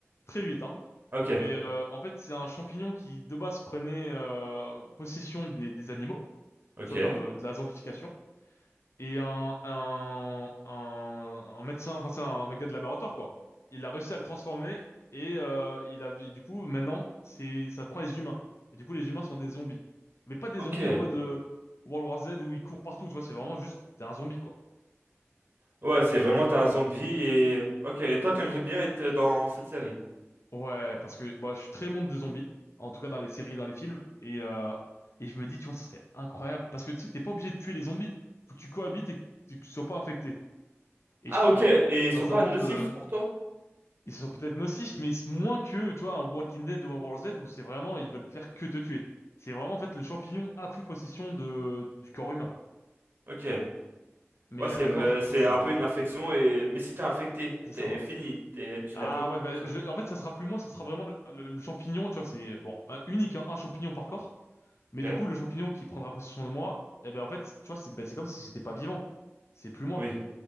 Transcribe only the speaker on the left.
très vite, hein.
Mais euh, en fait, c'est un champignon qui, de base, prenait euh, possession des, des animaux,
tu vois, comme euh, de la zombification. Et un, un, un, un médecin, enfin c'est un, un gars de laboratoire quoi. Il a réussi à le transformer et euh, il a, et du coup maintenant c'est, ça prend les humains. Et du coup les humains sont des zombies, mais pas des
zombies en mode euh, World War Z où ils courent partout, tu vois. C'est vraiment juste t'es un zombie quoi.
Ouais, parce que bah, je suis très monde des zombies, en tout cas dans les séries et dans les films, et, euh, et je me dis, tu vois, ça serait incroyable, parce que tu sais, t'es pas obligé de tuer les zombies, faut que tu cohabites et que tu que tu sois pas infecté. Et
je trouve,
dans
un monde
euh,
Ils sont peut-être nocifs, mais moins que, tu vois, un Walking Dead ou un World Z où c'est vraiment, ils veulent faire que te tuer. C'est vraiment, en fait, le champignon a pris possession de, du corps humain.
Mais
euh,
non, franchement,
c'est
c'est
ça, ouais.
Ah
ouais, ben,
je, en fait, ça sera plus moi, ça sera vraiment le, le- le champignon, tu vois, c'est, bon, un- unique, hein, un champignon par corps. Mais
du coup, le champignon qui prendra possession de moi, eh ben, en fait, tu vois, c'est ben, c'est comme si j'étais pas vivant. C'est plus moi.